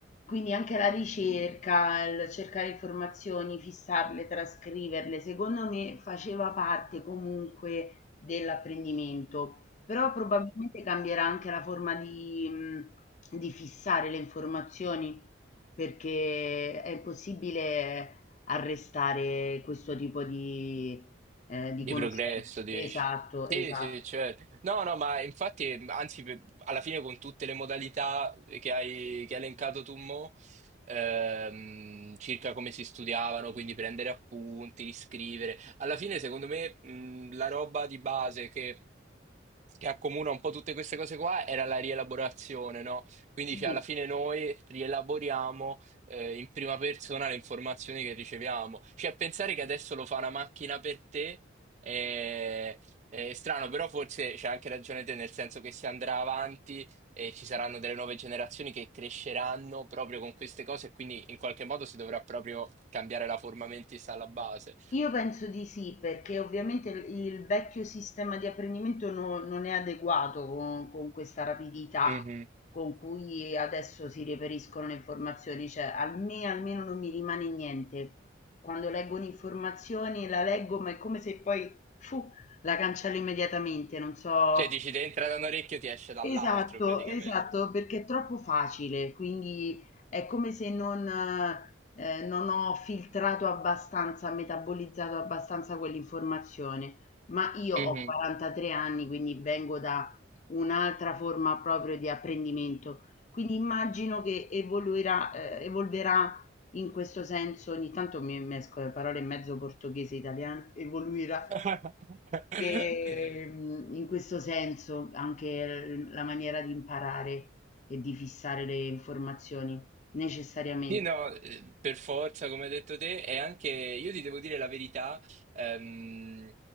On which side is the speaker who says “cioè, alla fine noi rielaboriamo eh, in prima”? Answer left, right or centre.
Right